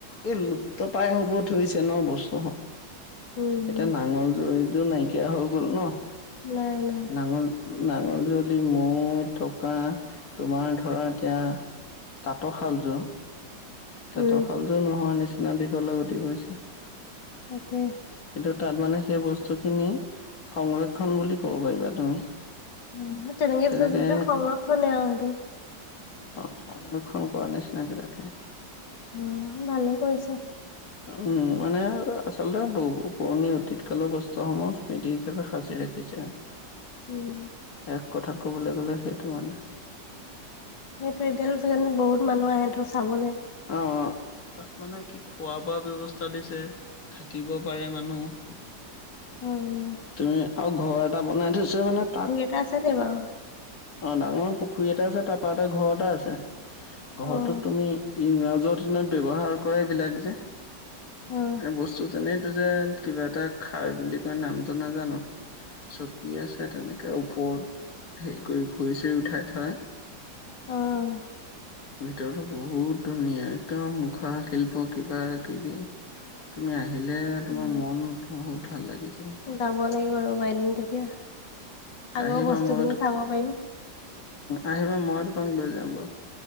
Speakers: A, on the left (about 55°); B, on the left (about 85°).
A: এই লুপ্তপাই হ'ব ধৰিছে ন' বস্তু
B: উম,
A: এতিয়া নাঙল জুৱলিযোৰ নাইকিয়া হৈ গ'ল ন'!
B: নাই, নাই
A: নাঙল, নাঙল জোৱলি, মৈ থকা তোমাৰ ধৰা এতিয়া তাঁতশালযোৰ, তাঁতশালযোৰটো
B: উম,
A: নোহোৱা নিচিনা দিশলৈ গতি কৰিছে।
B: তাকে
A: কিন্তু তাত মানে সেই বস্তুখিনি সংৰক্ষণ বুলি ক'ব পাৰিবা তুমি।
B: তেনেকে
A: যেনেকে
B: থৈছে যেতিয়া সংৰক্ষণে আৰু সেইটো।
A: অ', সংৰক্ষণ কৰাৰ নিচিনাকে ৰাখে।
B: অ', ভালেই কৰিছে।
A: উম্, মানে আচলতে বহু পুৰণি অতীত কালৰ বস্তুসমূহ স্মৃতি হিচাপে সাঁচি ৰাখিছে।
B: উম।
A: এক কথাত ক'বলৈ গ'লে সেইটো মানে
B: সেইটো এতিয়াটো বহুত মানুহ আহেটো চাবলৈ
A: অ', তাত মানে কি খোৱা বোৱা ব্যৱস্থা দিছে, থাকিব পাৰে মানুহ
B: উম,
A: তুমি, আৰু ঘৰ এটা বনাই থৈছে মানে তাত।
B: কেইটা আছে দেই বাৰু?
A: অ', ডাঙৰ পুখুৰী এটা আছে, তাৰ পাৰতে ঘৰ এটা আছে। ঘৰটোত
B: অ',
A: তুমি ইংৰাজৰ দিনত ব্যৱহাৰ কৰে এইবিলাক যে,
B: অ',
A: এই বস্তু যেনে এইটো যে কিবা এটা খাই বুলি কয়, নামটো নাজানোঁ। চকী আছে, তেনেকে ওপৰত হেৰি কৰি থৈছে, উঠাই থয়।
B: অ',
A: ভিতৰতো বহুত ধুনীয়া, একদম মুখা শিল্প কিবা কিবি তুমি আহিলে,
B: উম।
A: তোমাৰ মন বহুত ভাল লাগি যাব।
B: যাব লাগিব ৰ'বা এদিন তেতিয়া, আগৰ
A: আহিবা
B: বস্তুখিনি
A: মই
B: চাব পাৰিম।
A: আহিবা, মই তোমাক লৈ যাম বাৰু।